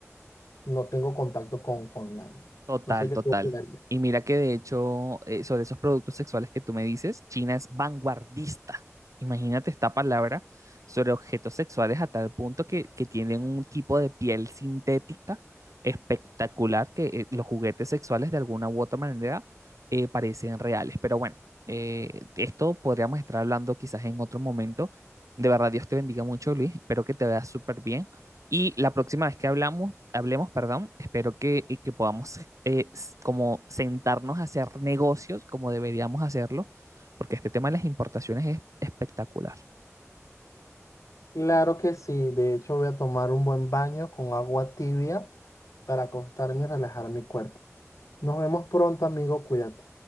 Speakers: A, on the left (about 75°); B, on the right (about 80°).
A: Y no tengo contacto con, con nadie.
B: Total,
A: No sé qué
B: total.
A: tú opinarías.
B: Y mira que de hecho, eh, sobre esos productos sexuales que tú me dices, China es vanguardista. Imagínate esta palabra sobre objetos sexuales a tal punto que, que tienen un tipo de piel sintética espectacular que eh, los juguetes sexuales de alguna u otra manera eh, parecen reales. Pero bueno, eh, de esto podríamos estar hablando quizás en otro momento. De verdad, Dios te bendiga mucho, Luis. Espero que te veas súper bien. Y la próxima vez que hablamos, hablemos, perdón, espero que, y que podamos eh, como sentarnos a hacer negocios como deberíamos hacerlo, porque este tema de las importaciones es espectacular.
A: Claro que sí, de hecho voy a tomar un buen baño con agua tibia para acostarme y relajar mi cuerpo. Nos vemos pronto, amigo, cuídate.